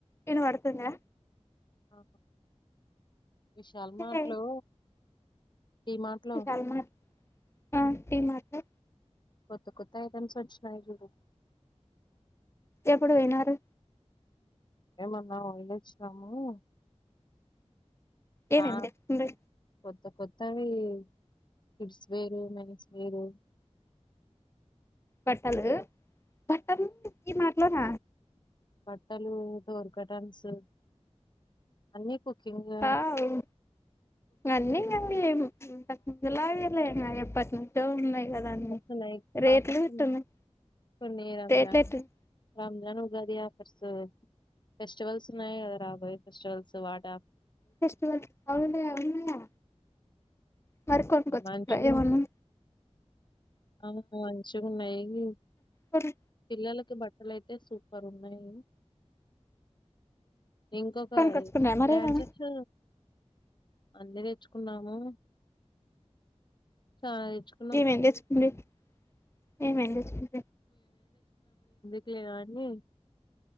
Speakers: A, on the left; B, on the left.
A: కెను పడుతున్నాయా
B: ఆ విశాల్ మార్ట్
A: హే
B: లో డీ మార్ట్ లో
A: విశాల్ మార్ట్ ఆ టీ మ్యాటో
B: కొత్త కొత్త ఐటమ్స్ వొచ్చినయ్ చూడు
A: ఎప్పుడు పోయినారు
B: ఏమన్న అయ్యిండొచ్చునాము చా
A: ఏమేం తెచ్చుకుండ్రి
B: కొత్త కొత్ త్తవ్వి కిడ్స్ వేరు మెన్స్ వేరు
A: బట్టలు బట్టలు ఈ మార్ట్ లోన
B: ట్టలు డోర్ కటన్స్ హు అన్ని కుట్టిన
A: వావ్ అన్నీ అన్నీయే ఇంతకముందు లాగేలే ఎప్పటి నుంచో ఉన్నాయి కదా అన్నీ
B: ఉన్నాయ్
A: రేట్లు
B: ఆఫర్స్
A: గిట్టున్నాయి
B: ఉన్నాయ్ కొన్ని రంజాన్
A: రేట్లు ఎట్లున్నాయి
B: Ramzan Ugadi offers so festivals ఉన్నాయి కదా రాబోయే ఫెస్టివల్స్ వాట
A: ఫెస్టివల్ లాగా ఉన్నాయా ఉన్నాయా మరి కొనుకొచ్చు
B: మంచిగా
A: ట్రై ఏమన్నా
B: ఆ మంచిగ ఉన్నాయి
A: కొను
B: పిల్లలక్ కి బట్టలు అయితే సూపర్ ఉన్నాయి ఇంకొక
A: కొనుకొచ్చుకున్నారా మరేమన్నా
B: బ్రాంచెస్ అన్ని తెచ్చుకున్నాము. చాలా తెచ్చుకున్నాం
A: ఏమేమి తెచ్చుకుంటివి ఏమేమి తెచ్చుకుం
B: లేవన్నీ